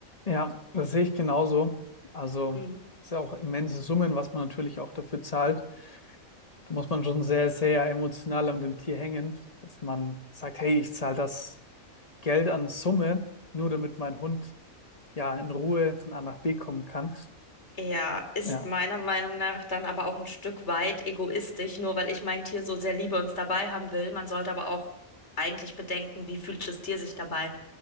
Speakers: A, on the left; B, on the left.
A: Ja, das sehe ich genauso. Also
B: Mhm.
A: ist ja auch immense Summen, was man natürlich auch dafür zahlt. Da muss man schon sehr, sehr emotional an dem Tier hängen, dass man sagt, hey, ich zahle das Geld an Summe, nur damit mein Hund ja in Ruhe von A nach B kommen kann.
B: Ja, ist
A: Ja,
B: meiner Meinung nach dann aber auch ein Stück weit egoistisch, nur weil ich mein Tier so sehr liebe und es dabei haben will. Man sollte aber auch eigentlich bedenken, wie fühlt das Tier sich dabei.